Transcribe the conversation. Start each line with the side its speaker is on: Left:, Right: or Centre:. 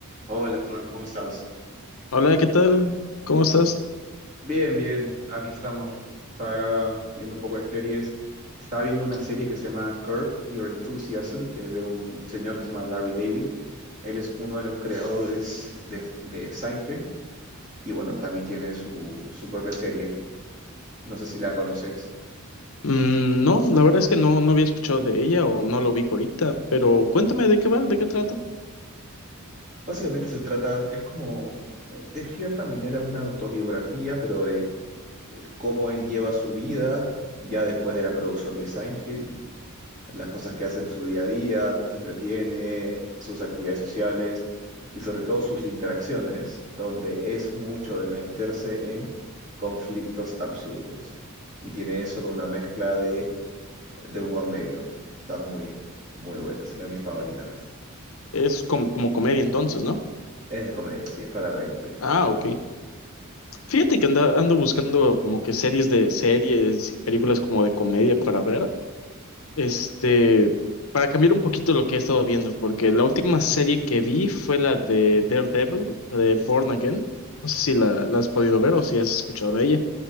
Right: Hola Fernando, ¿cómo estás?
Left: Hola, ¿qué tal? ¿Cómo estás?
Right: Bien, bien, aquí estamos. Estaba viendo un poco de series. Estaba viendo una serie que se llama Curb Your Enthusiasm, que es de un señor que se llama Larry David. Él es uno de los creadores de, de Seinfeld y bueno, también tiene su, su propia serie. No sé si la conoces.
Left: Mm, no, la verdad es que no, no había escuchado de ella o no lo ubico ahorita, pero cuéntame de qué va, de qué trata.
Right: Básicamente se trata, es como, eh, de cierta manera, una autobiografía, pero de cómo él lleva su vida ya después de la producción de Seinfeld las cosas que hace en su día a día, cómo se entretiene, sus actividades sociales y sobre todo sus interacciones, donde es mucho de meterse en conflictos absurdos. Y tiene eso con una mezcla de, de humor negro. Está muy, muy buena, es una de mis favoritas.
Left: Es como, como comedia entonces, ¿no?
Right: Es de comedia, sí, es para reírte.
Left: Ah, ok. Fíjate que anda- ando buscando como que series de series, películas como de comedia para ver, este, para cambiar un poquito lo que he estado viendo, porque la última serie que vi fue la de Daredevil, la de Born Again. No sé si la, la has podido ver o si has escuchado de ella.